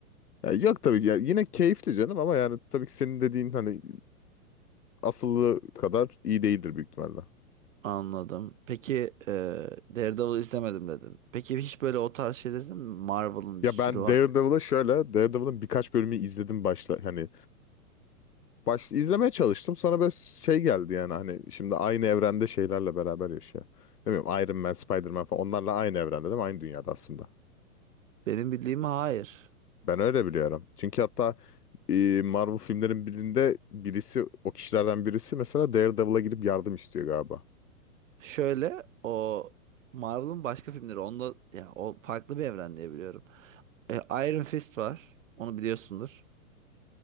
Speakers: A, on the left; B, on the right.
A: Ya yok tabii ki. ya yine keyifli canım ama yani tabii ki senin dediğin hani asıllı kadar iyi değildir büyük ihtimalle.
B: Anladım. Peki e, Daredevil izlemedim dedin. Peki hiç böyle o tarz şey izledin mi? Marvel'ın bir
A: Ya
B: sürü
A: ben
B: var.
A: Daredevil'ı şöyle, Daredevil'ın birkaç bölümü izledim başla hani baş izlemeye çalıştım. Sonra böyle şey geldi yani hani şimdi aynı evrende şeylerle beraber yaşıyor. Ne bileyim Iron Man, Spider-Man falan onlarla aynı evrende değil mi? Aynı dünyada aslında.
B: Benim bildiğim hayır.
A: Ben öyle biliyorum. Çünkü hatta e, Marvel filmlerin birinde birisi o kişilerden birisi mesela Daredevil'a gidip yardım istiyor galiba.
B: Şöyle o Marvel'ın başka filmleri onda ya o farklı bir evren diye biliyorum. E, Iron Fist var. Onu biliyorsundur.